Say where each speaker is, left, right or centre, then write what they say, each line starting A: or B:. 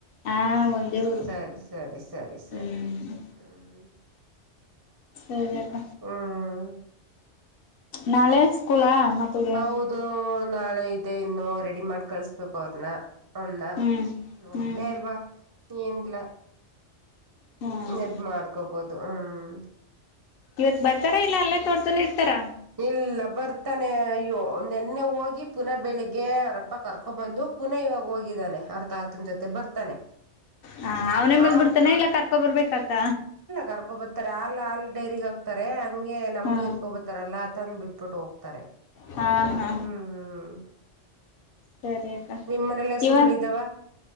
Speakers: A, on the left (about 60°); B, on the right (about 30°).
A: ಹಾ ಒಂದೇ ಊರು.
B: ಸರಿ ಸರಿ ಸರಿ ಸರಿ
A: ಹ್ಮ್
B: ಹ್ಮ್
A: ಸರಿ ಅಕ್ಕ
B: ಹ್ಮ್
A: ನಾಳೆ ಸ್ಕೂಲಾ ಮಕ್ಕಳಿಗೆ
B: ಹೌದು ನಾಳೆ ಇದೆ ಇನ್ನು ರೆಡಿ ಮಾಡಿ ಕಳಸ್ಬೇಕು ಅವ್ರನ್ನ. ಅವನ
A: ಹ್ಮ್
B: ಒಬ್ಬನೇ
A: ಹ್ಮ್
B: ಅಲ್ವಾ ಏನಿಲ್ಲ
A: ಹ್ಮ್
B: ಎದ್ ಮಾಡ್ಕೊಬೋದು ಹ್ಮ್
A: ಇವತ್ ಬರ್ತಾರ ಇಲ್ಲ ಅಲ್ಲೇ ತೋಟ್ದದಲ್ಲಿ ಇರ್ತಾರಾ.
B: ಇಲ್ಲ ಬರ್ತಾನೆ ಅಯ್ಯೋ ನೆನ್ನೆ ಹೋಗಿ ಪುನಃ ಬೆಳಿಗ್ಗೆ ಅವರಪ್ಪ ಕರ್ಕೊಬಂದು ಪುನಃ ಇವಾಗ ಹೋಗಿದ್ದಾನೆ. ಅವ್ರ ತಾತನ್ ಜೊತೆ ಬರ್ತಾನೆ
A: ಹ ಅವನೇ
B: ಹಾಲ್
A: ಬಂದ್ಬಿಡ್ತಾನೆ ಇಲ್ಲ ಕರ್ಕೊ ಬರಬೇಕಾ ಅಕ್ಕ.
B: ಕರ್ಕೊಬತಾರೆ ಆಲ್ ಆಲ್ ಡೈರಿಗ್ ಹಾಕ್ತಾರೆ ಹಂಗೆ ನಮ್ಗು
A: ಹಾ
B: ಎತ್ಕೊಬತಾರಲ್ಲ ಅ ತಂದ್ ಬಿಟ್ಬಿಟ್ಟು ಹೋಗ್ತಾರೆ.
A: ಹಾ ಹಾ
B: ಹ್ಮ್
A: ಸರಿ ಅಕ್ಕ
B: ನಿಮ್ ಮನೇಲಿ ಹಸುಗಳಿದಾವ
A: ಇವ